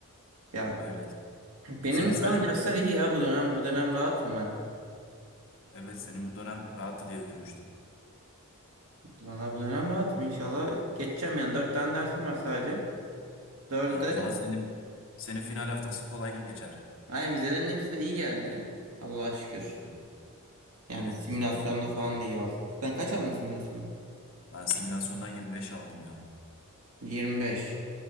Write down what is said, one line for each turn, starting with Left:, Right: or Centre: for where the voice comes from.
Right: Ya
Left: Öyle.
Right: benim
Left: Senin sadece
Right: şu an dersler iyi ya bu dönem. Bu dönem rahatım ben.
Left: evet senin bu dönem rahattı diye duymuştum.
Right: Valla bu dönem rahatım inşallah. Geçeceğim yani. dört tane dersim var sadece. 4'ü
Left: Ha,
Right: de
Left: o zaman senin senin final haftası kolay geçer.
Right: aynen vizelerin hepsi de iyi geldi. Allah'a şükür.
Left: Hı.
Right: Yani
Left: Evet
Right: simülasyonda
Left: vizeler iyiydi.
Right: falan da iyi aldık. Sen kaç aldın simülasyonda?
Left: Ben simülasyondan 25 aldım ya.
Right: 25.